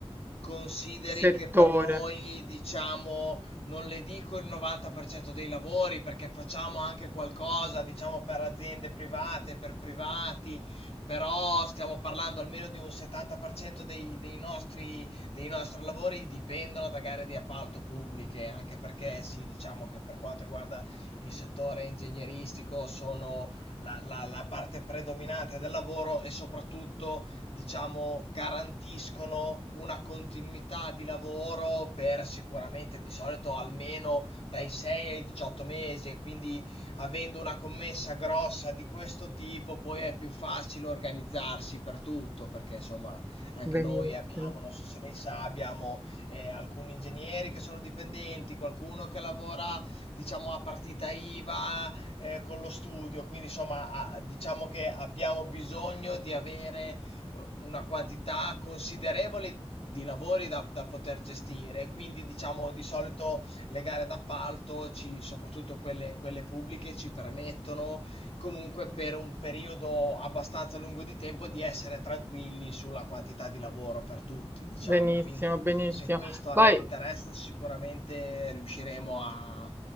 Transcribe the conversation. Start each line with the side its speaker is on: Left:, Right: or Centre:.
Left: Consideri
Right: settore.
Left: che per noi, diciamo, non le dico il 90% dei lavori perché facciamo anche qualcosa, diciamo, per aziende private, per privati, però stiamo parlando almeno di un 70% dei, dei nostri, dei nostri lavori dipendono da gare di appalto pubbliche, anche perché sì, diciamo che per quanto riguarda il settore ingegneristico sono la, la la parte predominante del lavoro e soprattutto diciamo, garantiscono una continuità di lavoro per sicuramente di solito almeno dai 6 ai 18 mesi e quindi avendo una commessa grossa di questo tipo poi è più facile organizzarsi per tutto perché insomma anche
Right: Benissimo,
Left: noi abbiamo, non so se lei sa, abbiamo eh, alcuni ingegneri che sono dipendenti, qualcuno che lavora diciamo a partita IVA eh, con lo studio, quindi insomma a- diciamo che abbiamo bisogno di avere eh, una quantità considerevole di lavori da, da poter gestire, e quindi diciamo di solito le gare d'appalto, ci- soprattutto quelle, quelle pubbliche, ci permettono comunque per un periodo abbastanza lungo di tempo di essere tranquilli sulla quantità di lavoro per tutti, diciamo.
Right: benissimo,
Left: Quindi
Right: benissimo.
Left: se questo a
Right: Poi,
Left: lei interessa, sicuramente riusciremo a, a-